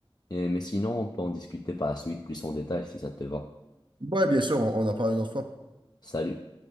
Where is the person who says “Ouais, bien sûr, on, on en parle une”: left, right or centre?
Right